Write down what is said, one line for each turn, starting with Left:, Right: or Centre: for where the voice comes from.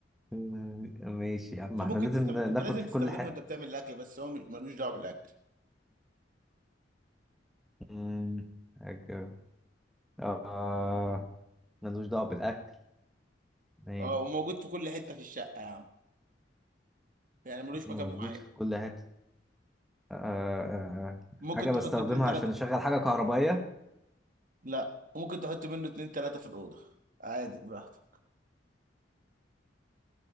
Centre: مم، ماشي يا عم
Right: انت
Centre: احنا
Right: ممكن
Centre: لازم
Right: تستخدم
Centre: ن-
Right: انت
Centre: ناخد
Right: لازم
Centre: كل
Right: تستخدمه
Centre: حاجة
Right: وانت بتعمل الاكل بس هو مش- ملوش دعوه بالاكل
Centre: مم، حاجة آه ملوش دعوة بالأكل نعم
Right: اه وموجود في كل حته في الشقه يا عم يعني ملوش
Centre: موجود
Right: مكان معين
Centre: في كل حتة آه آه، آه.
Right: ممكن
Centre: حاجة
Right: تحط
Centre: بستخدمها
Right: اتنين تلات
Centre: عشان أشغل حاجة كهربائية
Right: لا ممكن تحط منه اتنين تلاتة في الأوضة عادي براحتك